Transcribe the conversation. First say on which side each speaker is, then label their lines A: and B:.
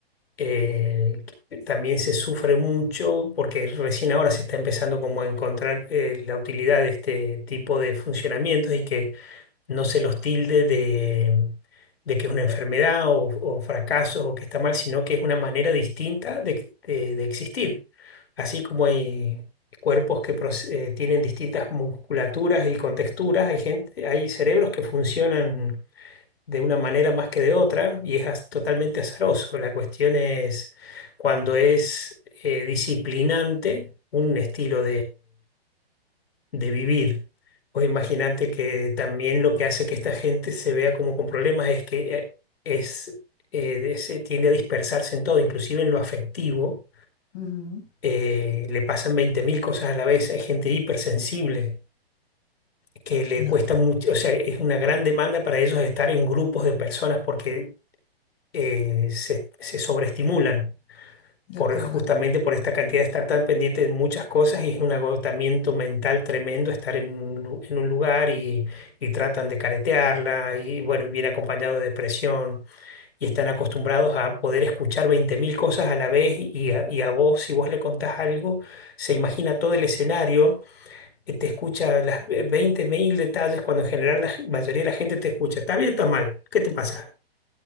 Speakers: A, on the left (about 75°); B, on the left (about 40°).
A: eh, que también se sufre mucho porque recién ahora se está empezando como a encontrar eh, la utilidad de este tipo de funcionamientos y que no se los tilde de, de que es una enfermedad o, o fracaso o que está mal, sino que es una manera distinta de, de- de existir. Así como hay cuerpos que proce- eh, tienen distintas musculaturas y contexturas, hay gente, hay cerebros que funcionan de una manera más que de otra y es az- totalmente azaroso. La cuestión es cuando es eh, disciplinante un estilo de vivir. Pues imagínate que también lo que hace que esta gente se vea como con problemas es que eh, es, eh, de- se tiende a dispersarse en todo, inclusive en lo afectivo.
B: Ujú.
A: eh, le pasan veinte mil cosas a la vez. Hay gente hipersensible que le
B: No,
A: cuesta mucho, o sea, es una gran demanda para ellos estar en grupos de personas porque eh, se, se sobreestimulan.
B: de
A: por,
B: acuerdo.
A: justamente por esta cantidad de estar tan pendiente de muchas cosas y es un agotamiento mental tremendo estar en un, lu- en un lugar y, y tratan de caretearla y bueno, viene acompañado de depresión y están acostumbrados a poder escuchar veinte mil cosas a la vez y a, y a vos, si vos le contás algo, se imagina todo el escenario, eh, te escucha las ve- veinte mil detalles cuando en general la g- mayoría de la gente te escucha, ¿está bien o está mal? ¿Qué te pasa?